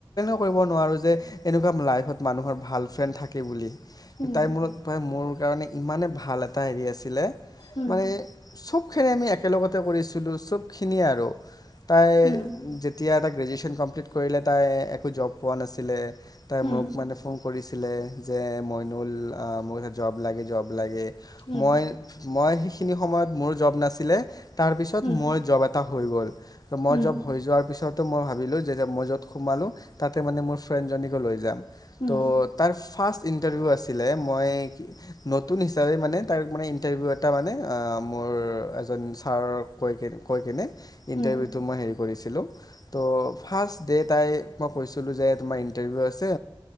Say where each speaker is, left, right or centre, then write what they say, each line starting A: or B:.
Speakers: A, on the left; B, on the left.
A: <unintelligible> কৰিব নোৱাৰো যে এনেকুৱা লাইফত মানুহৰ ভাল ফ্ৰেণ্ড থাকে বুলি।
B: উম,
A: তাইৰ মোৰ লগত, তাই মোৰ কাৰণে ইমানেই ভাল এটা হেৰি আছিলে
B: উম,
A: মানে চবখিনি আমি একেলগতে কৰিছিলোঁ চবখিনিয়ে আৰু। তাই
B: উম,
A: যেতিয়া এটা গ্ৰেজুৱেশচন কম <unintelligible> পোৱা নাছিলে, তাই
B: উম,
A: মোক মানে ফোন কৰিছিলে যে মইনুল মোক জব লাগে, জব লাগে।
B: উম,
A: মই মই সেইখিনি সময়ত মোৰ জব নাছিলে তাৰপিছত
B: উম,
A: মই জব এটা তা হৈ গ'ল। ত মই
B: উম, উম,
A: জব হৈ যোৱাৰ পিছতো মই ভ ভাবিলো যেতিয়া মই জত সোমালো তাতে মানে মোৰ ফ্ৰেণ্ডজনীকো লৈ যাম।
B: উম,
A: ত' তাৰ ফাৰ্ষ্ট ইণ্টাৰভিউ আছিলে, মই নতুন ষ্টো তাৰে মানে তাৰ মানে ইণ্টাৰভিউত তাৰ মানে, মোৰ এজন ছাৰক কৈ কি কৈ কিনে
B: উম,
A: ইণ্টাৰভিউতো মই হেৰি কৰিছিলো। ত' ফাৰ্ষ্ট ডে তাই মই কৈছিলো যে তোমাৰ ইন টাৰ্ভিউ আছে